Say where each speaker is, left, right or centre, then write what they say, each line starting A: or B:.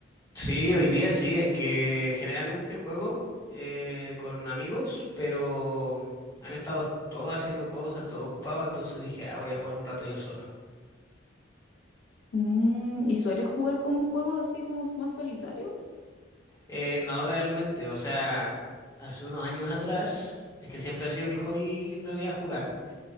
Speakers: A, on the left; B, on the left.
A: Sí, hoy día sí, es que generalmente juego eh, con amigos, pero han estado todos haciendo cosas, todo ocupado, entonces dije, ah, voy a jugar un rato yo solo.
B: Mm, ¿y sueles jugar como juegos así como más solitarios?
A: Eh, no realmente, o sea, hace unos años atrás, es que siempre ha sido mi hobby en realidad jugar,